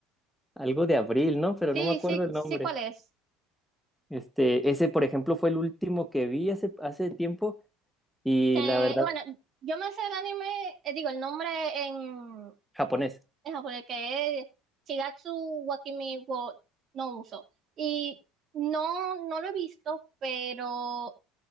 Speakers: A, in the centre; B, on the right (about 45°).
A: algo de Abril, ¿no? Pero
B: Sí,
A: no me acuerdo
B: sí,
A: el
B: sí,
A: nombre.
B: ¿cuál es?
A: Este, ese, por ejemplo, fue el último que vi hace, hace tiempo y
B: Que,
A: la verdad,
B: bueno, yo me sé el anime, eh, digo, el nombre en,
A: japonés,
B: en japonés que es Shigatsu Wakimi wo no Uso. Y no, no lo he visto, pero